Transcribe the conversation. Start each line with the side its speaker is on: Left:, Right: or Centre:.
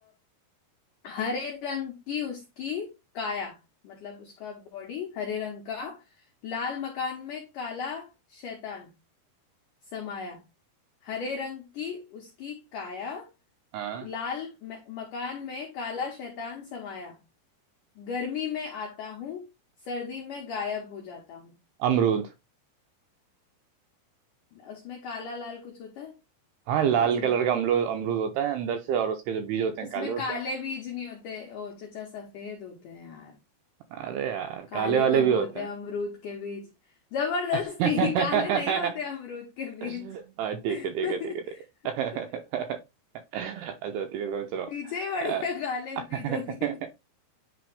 Left: हरे रंग की उसकी काया मतलब उसका बॉडी हरे रंग का लाल मकान में काला शैतान समाया हरे रंग की उसकी काया
Right: हाँ
Left: लाल म- मकान में काला शैतान समाया गर्मी में आता हूँ सर्दी में गायब हो जाता हूँ
Right: अमरूद
Left: उसमें काला लाल कुछ होता है
Right: हाँ लाल
Left: कुछ भी
Right: कलर का अमरूद अमरूद होता है अंदर से और उसके जो बीज होते हैं
Left: उसमें
Right: काले होते
Left: काले
Right: हैं
Left: बीज नहीं होते ओ चचा सफेद होते हैं यार।
Right: अरे यार
Left: काले
Right: काले वाले
Left: कब
Right: भी
Left: होते
Right: होते हैं
Left: हैं अमरूद के बीज जबरदस्ती
Right: <laughs>
Left: <laughs> काले नहीं होते अमरूद के बीज
Right: हाँ ठीक
Left: <laughs>
Right: है ठीक है ठीक है ठीक है <laughs> अच्छा ठीक है सोच रहा हूँ
Left: पीछे ही पड़ गया
Right: अ-
Left: काले
Right: <laughs>
Left: बीजों के